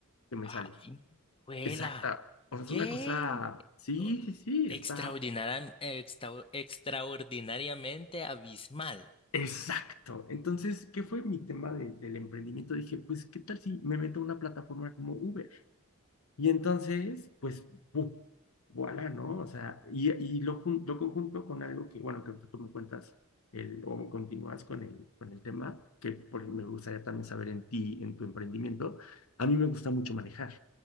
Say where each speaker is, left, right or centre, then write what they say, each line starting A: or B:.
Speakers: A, on the left; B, on the left.
A: que me
B: Ay,
A: sale.
B: ¡Juela!
A: Exacta. O sea, es
B: ¡Qué!
A: una cosa, sí,
B: O-
A: sí, sí,
B: Extraordinariam-
A: está
B: extra- extraordinariamente abismal.
A: Exacto. Entonces, ¿qué fue mi tema de- del emprendimiento? Dije, pues, ¿qué tal si me meto a una plataforma como Uber? Y entonces, pues, ¡pum! voilà, ¿no? O sea, y, y lo, jun- lo conjunto con algo que, bueno, que ahorita tú me cuentas el, o continúas con el, con el tema, que por- me gustaría también saber en ti, en tu emprendimiento. A mí me gusta mucho manejar.